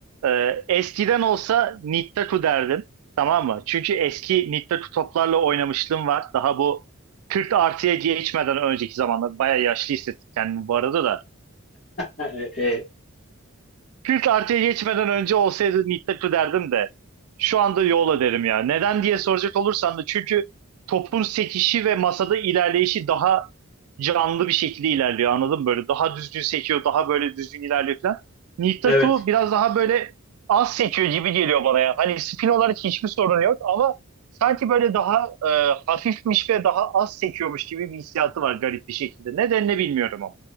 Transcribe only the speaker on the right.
e, eskiden olsa Nittaku derdim. Tamam mı? Çünkü eski Nittaku toplarla oynamışlığım var. Daha bu 40 artıya geçmeden önceki zamanlar. Baya yaşlı hissettim kendimi bu arada da.
40 artıya geçmeden önce olsaydı Nittaku derdim de. Şu anda Yola derim ya. Neden diye soracak olursan da çünkü topun sekişi ve masada ilerleyişi daha canlı bir şekilde ilerliyor anladın mı? Böyle daha düzgün sekiyor, daha böyle düzgün ilerliyor falan. Nihil Taku
biraz daha böyle az sekiyor gibi geliyor bana ya. Hani spin olarak hiçbir sorun yok ama sanki böyle daha e, hafifmiş ve daha az sekiyormuş gibi bir hissiyatı var garip bir şekilde. Nedenini bilmiyorum ama.